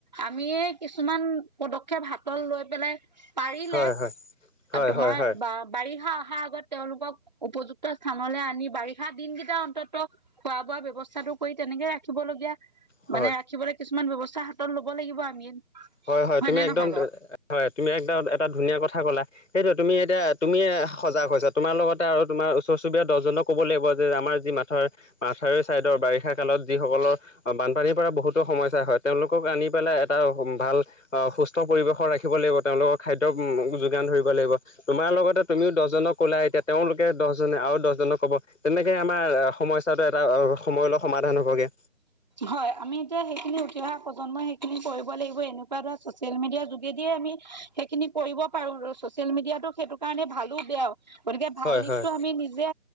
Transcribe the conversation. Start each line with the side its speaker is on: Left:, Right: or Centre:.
Right: আমিয়ে কিছুমান পদক্ষেপ হাতত লৈ পেলাই পাৰিলে
Left: হয় হয় হয়
Right: আৰু তোমাৰ
Left: হয় হয়
Right: বা বাৰিষা অহাৰ আগত তেওঁলোকক উপযুক্ত স্থানলৈ আনি বাৰিষা দিনকেইটা অন্তত খোৱা বোৱা ব্যয়ৱস্থাটো কৰি তেনেকে ৰাখিবলগীয়া
Left: হয়
Right: মানে ৰাখিবলৈ কিছুমান ব্যৱস্থা হাতত ল'ব লাগিব আমি।
Left: হয় - হয়
Right: হয়নে
Left: তুমি একদম
Right: নহয় বাৰু?
Left: হয় তুমি একদম এটা ধুনীয়া কথা ক'লা। সেইটো তুমি এতিয়া তুমিে সজাগ হৈছো তোমাৰ লগতে আৰু তোমাৰ ওচৰ চুবুৰীয়া দহজনক ক'ব লাগিব যে আমাৰ যি মাথা মাথাউ ছাইডৰ বাৰিষা কালত যিসকলৰ অ, বানপানীৰ পৰা বহুতো সমস্যা হয় তেওঁলোকক আনি পেলাই এটা ভাল সুস্থ পৰিৱেশৰ ৰাখিব লাগিব তেওঁলোকৰ খাদ্য যোগান ধৰিব লাগিব। তোমাৰ লগতে তুমিও দহজনক ওলা এতিয়া তেওঁলোকে দহজনে আৰু দহজনক কব। তেনেকে আমাৰ সমস্যাটো এটা সময়লৈ সমাধান হ'বগে।
Right: হয় আমি এতিয়া সেইখিনি উঠি অহা প্ৰজন্মই সেইখিনি কৰিব লাগিব এনেকুৱা ধৰা চচিয়েল মিডিয়াৰ যোগেদিয়ে আমি সেইখিনি কৰিব পাৰো ছচিয়েল মিডিয়াটো সেইটো কাৰণে ভালো বেয়া। গতিকে ভাল
Left: হয়
Right: দিশটো
Left: হয়
Right: আমি নিজে